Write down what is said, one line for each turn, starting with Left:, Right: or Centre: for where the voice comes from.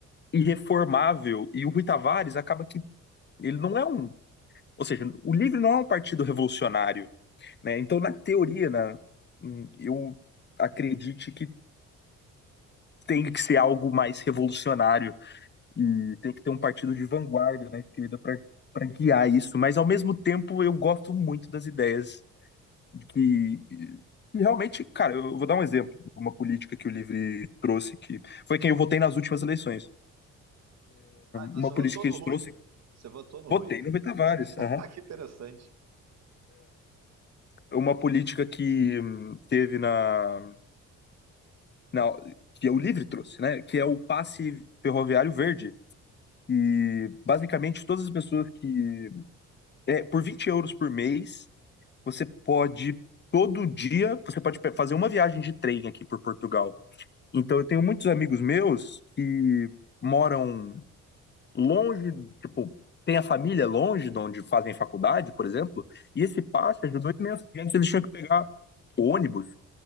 Left: irreformável. E o Rui Tavares acaba que ele não é um. Ou seja, o LIVRE não é um partido revolucionário né? Então, na teoria, né, hum, eu acredite que tem que ser algo mais revolucionário e tem que ter um partido de vanguarda, né, querida, para para guiar isso. Mas, ao mesmo tempo, eu gosto muito das ideias que, que realmente, cara, eu vou dar um exemplo de uma política que o Livre trouxe, que foi quem eu votei nas últimas eleições.
Right: Ah, então
Left: Uma
Right: você votou
Left: política que
Right: no
Left: eles
Right: Rui.
Left: trouxe,
Right: Você votou no
Left: votei
Right: Rui.
Left: no Betavares.
Right: <laughs>
Left: aham.
Right: Ah, que interessante.
Left: Uma política que hum, teve na Não, que é o Livre trouxe, né? Que é o passe ferroviário verde. E basicamente todas as pessoas que. É, por 20 euros por mês, você pode. Todo dia você pode pe- fazer uma viagem de trem aqui por Portugal. Então eu tenho muitos amigos meus que moram longe, tipo, tem a família longe de onde fazem faculdade, por exemplo, e esse passe ajudou imenso. porque Antes eles tinham que pegar ônibus